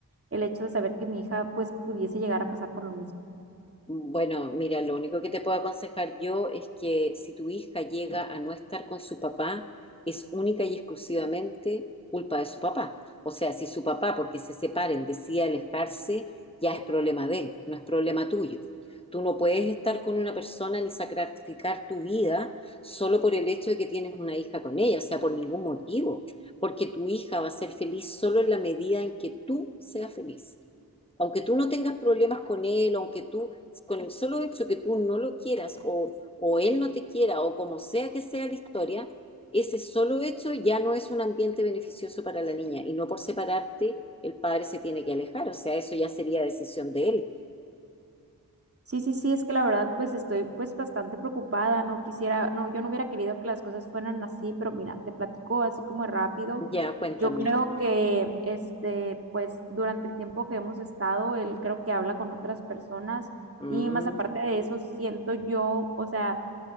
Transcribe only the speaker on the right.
el hecho de saber que mi hija pues pudiese llegar a pasar por lo mismo.
Sí, sí, sí, es que la verdad pues estoy pues bastante preocupada, no quisiera, no, yo no hubiera querido que las cosas fueran así, pero mira, te platico así como rápido.
Yo creo que este pues durante el tiempo que hemos estado, él creo que habla con otras personas
y más aparte de eso siento yo, o sea,